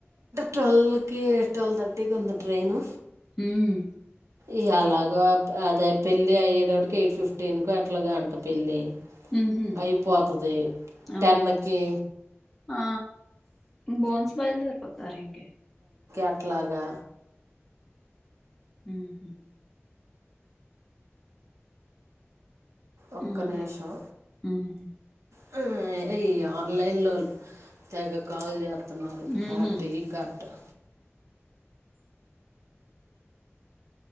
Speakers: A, on the right; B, in the centre.
A: టువల్ కి టువల్ థర్టీకి ఉంది ట్రైను
B: హ్మ్
A: ఇ అలాగ అదే పెళ్ళి అయ్యేటటికి ఎయిట్ ఫిఫ్టీ టటీన్కు ఎట్లాగా అంట పెళ్ళి
B: ఉహు
A: అయిపోతుంది
B: అవును
A: టెన్కి
B: ఆ బోన్స్ బయల్లోర్పోతారు ఇంకా
A: ఎట్లాగా
B: హు హు
A: ఒక్క
B: మరి
A: నిమిషం
B: ఉహు
A: హ్మ్మ్ ఈ ఆన్లైన్లో తెగ కాల్ చే ఇనా కట్
B: ఉహు
A: ఈ కట్ <unintelligible>